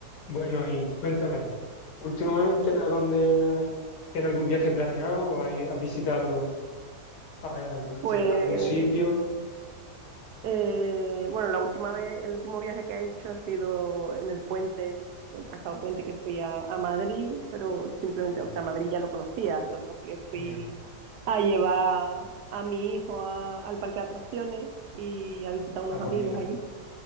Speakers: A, on the left; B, on the right.
A: Bueno, y cuéntame, últimamente, ¿a dónde ha- tiene algún viaje planeado? ¿O hay- ¿Has visitado a ver, alguna
B: Pues,
A: ciudad, algún sitio?
B: eh, bueno, la última vez, el último viaje que he hecho ha sido en el puente, el pasado puente que fui a, a Madrid, pero simplemente,
A: Ah,
B: o sea, Madrid ya lo conocía, lo que pasa es que fui
A: mira.
B: a llevar a mi hijo a- al parque de atracciones y a visitar unos
A: Ah, pues
B: amigos
A: mira,
B: allí.